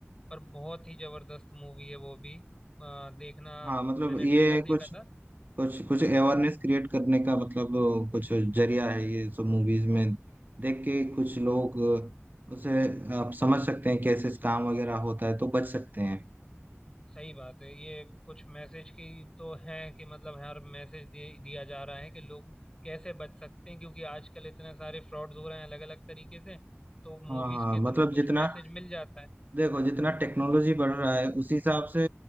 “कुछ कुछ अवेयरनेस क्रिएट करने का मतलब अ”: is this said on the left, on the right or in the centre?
Right